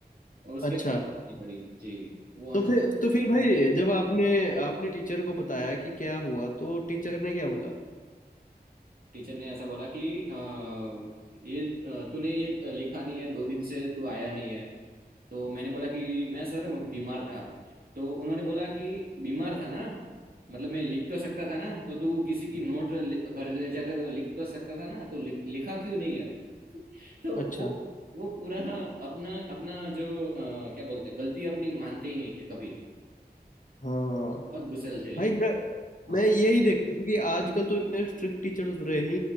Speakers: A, on the right; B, on the left.
A: उसके
B: अच्छा
A: बाद मार नहीं पड़ी जी वो अनजान
B: तो फिर तो फिर भाई जब आपने आपने टीचर को बताया कि क्या हुआ तो टीचर ने क्या बोला
A: टीचर ने ऐसा बोला कि अ, ये अ, तूने ये लिखा नहीं है दो दिन से तू आया नहीं है तो मैंने बोला कि मैं सर बीमार था तो उन्होंने बोला कि बीमार था ना मतलब मैं लिख तो सकता था ना तो तू किसी की नोट ले- घर ले जाकर लिख तो सकता था ना तो लिख, लिखा क्यों नहीं है <laughs> तो
B: अच्छा
A: वो वो पूरा अपना अपना जो अ, क्या बोलते हैं गलती अपनी मानते ही नहीं थे कभी
B: हाँ
A: बहुत गुस्सेल थे
B: भाई मैं
A: हाँ
B: मैं यही देखता हूँ कि आजकल तो इतने स्ट्रिक्ट टीचर्स रहे ही